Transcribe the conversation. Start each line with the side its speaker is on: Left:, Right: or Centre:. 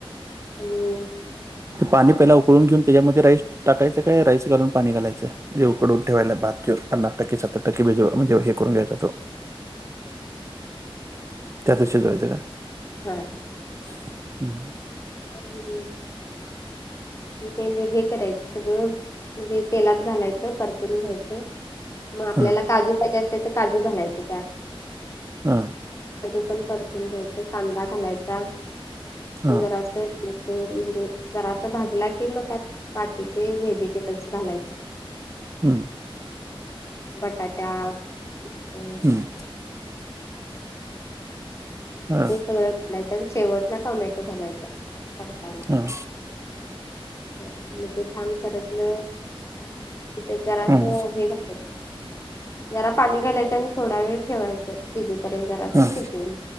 Left: आणि
Right: ते पाणी पहिला उकळून घेऊन त्याच्यामध्ये राईस टाकायचं काय राईस घालून पाणी घालायचं. म्हणे उकडून ठेवायला भात ठेऊन पन्नास टक्के सत्तर टक्केज म्हणजे. करून घ्यायचा तो त्यातच शजवायच का?
Left: हा
Right: <inaudible>
Left: आणि <unintelligible> ते हे करायचं गं मग तेलात घालायचं परतून घ्यायचं, मग आपल्याला
Right: हां,
Left: काजू पाहिजे असत, तर काजू घालायचं त्यात-
Right: हां
Left: काजू पण परतुन घ्यायचे, कांदा घालायचा
Right: हां.
Left: जरा असं, नंतर म्हणजे जरास भाजला, कि मग त्यात बाकीचे व्हेजिटेबल्स घालायचे.
Right: हम्म <inaudible>
Left: बटाटा <unintelligible>
Right: हं. हां,
Left: ते सगळं घालायचं, आणि शेवटला टोमॅटो घालायचं. परतायला
Right: हां,
Left: मग ते छान, परतलं, की त्यात जरास
Right: हां.
Left: हे घालायचं. जरा पाणी घालायचं. थोडा वेळ ठेवायचं, शिजूपर्यंत जरा अस
Right: हां.
Left: शिजवून